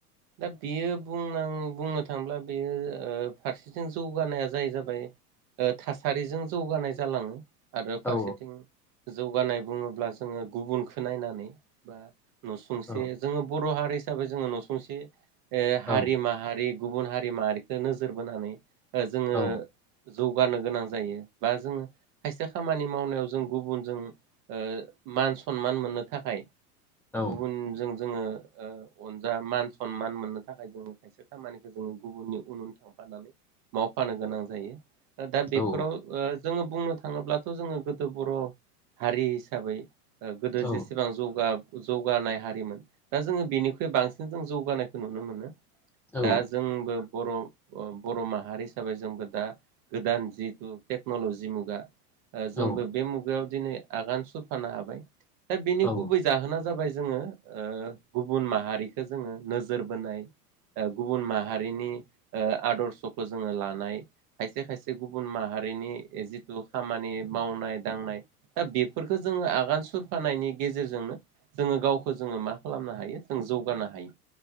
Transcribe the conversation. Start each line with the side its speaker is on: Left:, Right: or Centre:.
Right: दा बियो बुं बुंनां बुंनो थांब्ला बेयो फारसेथिं जौगानाया जायो जाबाय थासारिजों जौगानाय जालाङो आरो फारसेथिं
Centre: औ
Right: जौगानाय बुङोब्ला जोङो गुबुनखौ नायनानै बा नसुंसे
Centre: औ
Right: जोङो बर' हारि हिसाबै जोङो नसुंसे ए हारि
Centre: औ
Right: माहारि गुबुन हारि माहारिखो नोजोर बोनानै। ओ जोङो
Centre: औ
Right: जौगानो गोनां जायो बा जोङो खायसे खामानि मावनायाव जों गुबुनजों ओ मान सनमान मोननो थाखाय
Centre: औ
Right: गुबुनजों जोङो ओ अनजा मान सनमान मोननो थाखाय जों खायसे खामानिखौ जोङो गुबुननि उन उन थांफानानै मावफानो गोनां जायो। दा बेफोराव
Centre: औ
Right: ओ जोङो बुंनो थाङोब्लाथ जोङो गोदो बर' हारि हिसाबै ओ गोदो
Centre: औ
Right: जेसेबां जौगा जौगानाय हारिमोन दा जोङो बेनि बांसिन जों जौगानायखौ नुनो मोनो।
Centre: औ
Right: दा जोंबो बर' ओ बर' माहारि हिसाबै जोंबो दा गोदान जिथु टेक्न'लजि मुगा ओ जोंबो
Centre: औ
Right: बे मुगायाव दिनै आगान सुरफानो हाबाय दा बेनि
Centre: औ
Right: गुबै जाहोना जाबाय जोङो गुबुन ओ माहारि बिखो जोङो नोजोर बोनाय ओ गुबुन मा हारिनि ओ आदर्शखौ जोङो लानाय खायसे खायसे गुबुन माहारिनि जिथु खामानि मावनाय दांनाय दा बेफोरखो जोङो आगान फानायनि गेजेरजोंनो जोङो गावखौ जोङो मा खालामनो हायो जों जौ जौगानो हायो